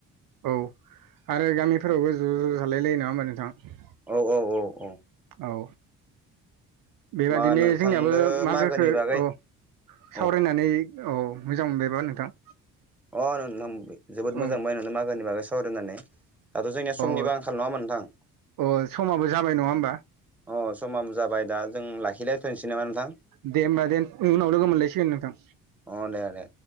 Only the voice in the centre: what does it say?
अ
औ औ औ औ
मा नोंथांनो
मागोनि बागै
औ
अ नों-नों जोबोद
मोजां मोनबाय नोंदो मागोनि बागै सावरायनानै। दाथ' जोंनि
समनिबो आंखाल नङा होमबा नोंथां?
अह समाबो जाबाय दा जों लाखिलायथ'नोसै नामा नोंथां?
अ दे दे